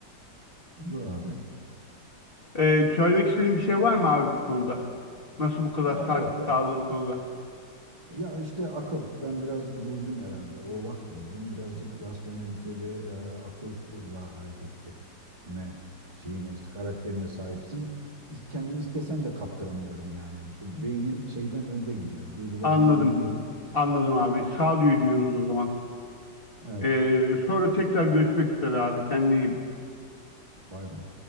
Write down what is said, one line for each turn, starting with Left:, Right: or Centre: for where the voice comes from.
Right: Olur abi.
Left: E, söylemek istediğin bir şey var mı abi bu konuda? Nasıl bu kadar
Right: Ya
Left: sakin
Right: yok ya
Left: kaldığın konuda?
Right: Ya işte akıl. Ben biraz burcum herhalde. Oğlak burcum. Birazcık rasyonelite ve e, akılla hareket etme şeyine, karakterine sahipsin. İ- Kendim istesem de kaptıramıyorum yani. Be- Beynim şeyden önde gidiyor. yani, Duygularımın
Left: Anladım.
Right: önünde gidiyor.
Left: Anladım abi. Sağduyu diyoruz o zaman.
Right: Evet.
Left: Ee, sonra tekrar görüşmek üzere abi. Kendine iyi bak.
Right: Bay bay.